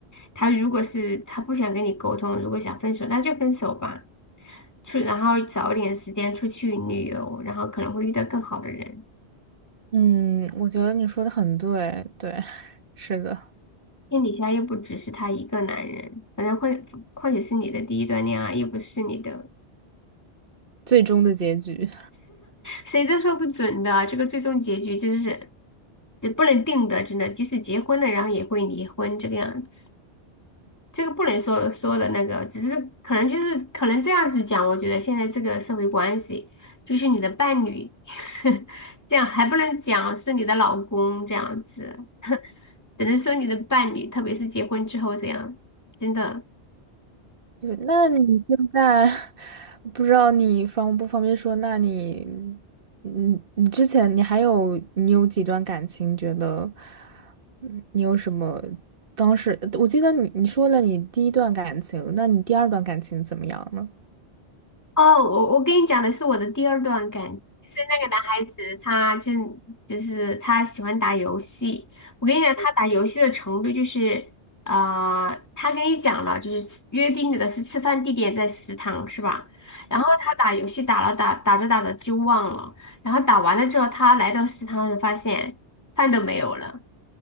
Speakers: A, on the left; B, on the right.
A: 他如果是他不想跟你沟通，如果想分手，那就分手吧。出，然后找点时间出去旅游，然后可能会遇到更好的人。
B: 嗯，我觉得你说的很对，对，是的，
A: 天底下又不只是他一个男人，反正会，况且是你的第一段恋爱，又不是你的。
B: 最终的结局。
A: 谁都说不准的，这个最终结局就是也不能定的，真的，即使结婚了，然后也会离婚这个样子，这个不能说说的那个，只是可能就是可能这样子讲，我觉得现在这个社会关系就是你的伴侣，<laughs> 这样还不能讲是你的老公这样子，只能说你的伴侣，特别是结婚之后这样，真的。
B: 对，那你现在 <laughs> 不知道你方不方便说？那你，你你之前你还有你有几段感情？觉得，嗯，你有什么？当时我记得你你说了你第一段感情，那你第二段感情怎么样呢？
A: 哦，我我跟你讲的是我的第二段感情，就是那个男孩子，他真就是他喜欢打游戏。我跟你讲，他打游戏的程度就是，啊，他跟你讲了，就是约定的是吃饭地点在食堂是吧？然后他打游戏打了打打着打着就忘了，然后打完了之后，他来到食堂时发现饭都没有了，